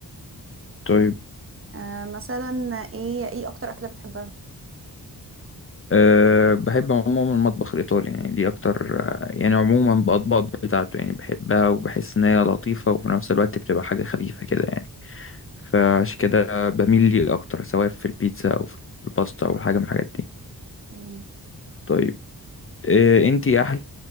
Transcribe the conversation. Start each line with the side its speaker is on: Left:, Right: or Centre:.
Left: طيب
Right: آه مثلا إيه إيه أكتر أكلة بتحبها؟
Left: أه بحب عموما المطبخ الإيطالي يعني دي أكتر آه، يعني عموما بأطباق بتاعته يعني بحبها وبحس إن هي لطيفة وفي نفس الوقت بتبقى حاجة خفيفة كده يعني فعشان كده بميل ليه أكتر سواء في البيتزا أو في الباستا أو حاجة من الحاجات دي
Right: جميل
Left: طيب أه أنتي أحلى